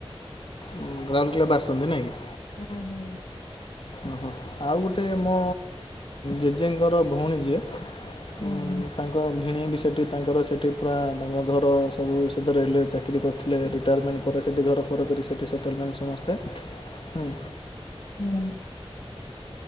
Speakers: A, on the left; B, on the left.
A: ଉଁ ରାଉରକେଲା ବାସନ୍ତୀ ନାଇଁ କି?
B: ହୁଁ ହୁଁ।
A: ଓହୋ। ଆଉ ଗୋଟେ ମୋ ଜେଜେଙ୍କର ଭଉଣୀ ଯିଏ।
B: ହୁଁ
A: ଉଁ ତାଙ୍କ ଭିଣେଇ ବି ସେଠି ତାଙ୍କର ସେଠି ପୁରା ତାଙ୍କ ଘର ସବୁ ସେ ତ ରେଲୱ ରେ ଚାକିରି କରିଥିଲେ। ରିଟାୟାରମେଣ୍ଟ ପରେ ସେଠି ଘର ଫର କରି ସେଇଠି ସେଟଲମେଣ୍ଟ ସମସ୍ତେ। ହୁଁ
B: ହୁଁ।